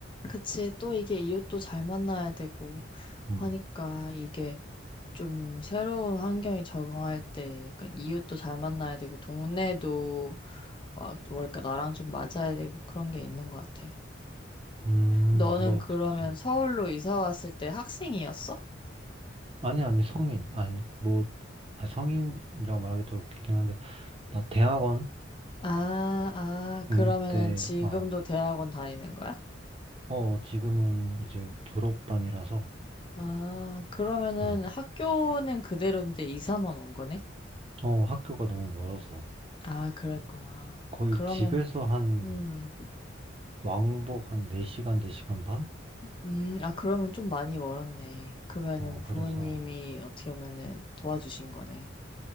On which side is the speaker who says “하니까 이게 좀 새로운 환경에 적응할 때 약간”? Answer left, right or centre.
Left